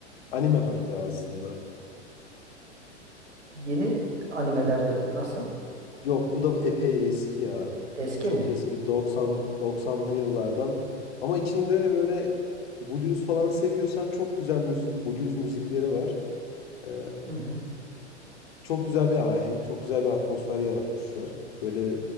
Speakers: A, on the left; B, on the right.
A: Anime hatta aslında.
B: hı. Yeni animelerden mi? Nasıl?
A: Yok bu da epey eski ya.
B: Eski
A: Çok
B: mi?
A: eski 90 90'lı yıllardan. Ama içinde böyle blues falan seviyorsan çok güzel müzik, blues müzikleri var. Ee,
B: Hı hı.
A: Çok güzel bir ahenk, çok güzel bir atmosfer yaratmışlar. Böyle